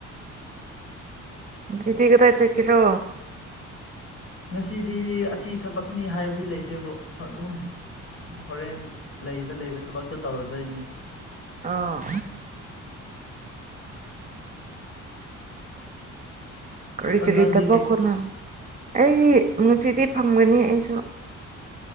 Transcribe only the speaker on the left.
ꯉꯁꯤꯗꯤ ꯑꯁꯤ ꯊꯕꯛꯅꯤ ꯍꯥꯏꯕꯗꯤ ꯂꯩꯇꯦꯕꯣ ꯑꯗꯨꯝ ꯍꯣꯔꯦꯟ ꯂꯩꯕ ꯂꯩꯕ ꯊꯕꯛꯇꯣ ꯇꯧꯔꯗꯣꯏꯅꯤ
ꯑꯗꯨ
ꯅꯪꯗꯤ
ꯀꯩ